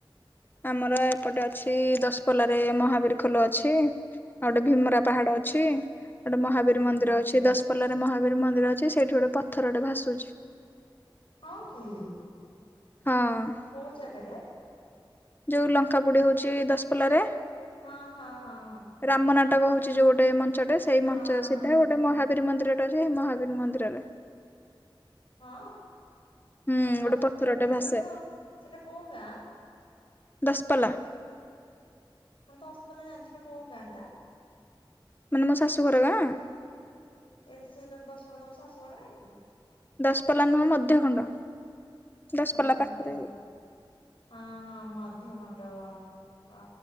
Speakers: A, on the left; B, on the left.
A: ଆମର ଏପଟେ ଅଛି ଦଶପଲାରେ ମହାବୀର ଖୋଲ ଅଛି। ଆଉ ଗୋଟେ ଭୀମରା ପାହାଡ ଅଛି ଆଉ ଗୋଟେ ମହାବୀର
B: ହଁ।
A: ମନ୍ଦିର ଅଛି ଦଶ୍ ପୋଲାରେ ମହାବୀର ମନ୍ଦିର ଅଛି ସେଇଠି ଗୋଟେ ପଥର ଟେ ଭାସୁଛି।
B: ଅ କି?
A: ହଁ।
B: କୋଉ ଜାଗାରେ?
A: ଯୋଉ ଲଙ୍କା ପୋଡି ହଉଛି ଦଶପଲାରେ
B: ହଁ ହଁ ହଁ
A: ରାମ ନାଟକ ହଉଛି ଯୋଉ ଗୋଟେ ମଞ୍ଚଟେ ସେଇ
B: ହଁ
A: ମଞ୍ଚ ସିଧା
B: ହଁ।
A: ଗୋଟେ ମହା ବୀର ମନ୍ଦିର ଟେ ଅଛି ହେ ମହାବୀର ମନ୍ଦିରରେ।
B: ହଁ?
A: ହୁଁ
B: ଏ
A: ଗୋଟେ
B: ଦଶ
A: ପଥରଟେ
B: ଯୋଉ ହେଇ
A: ଭାସେ
B: ଟି ଜୋ ସେଟା କୋଉ ଗାଁ?
A: ଦଶପଲା।
B: ହଁ ଦଶପଲା ଜାଣିଛି ସେଇଟା କୋଉ ଗାଁ ଟା?
A: ମାନେ ମୋ ଶାଶୁ ଘର ଗାଁ?
B: ଏରେ ସେ ତ ଦଶପଲା ତାଙ୍କ ଶାଶୁଘର ନାଇଁ କି?
A: ଦଶପଲା ନୁହଁ ମଧ୍ୟ ଖଣ୍ଡ ଦଶପଲା
B: ଓହୋ।
A: ପାଖରେ ଆଉ।
B: ହଁ ହଁ ମଧ୍ୟଖଣ୍ଡ। ଆ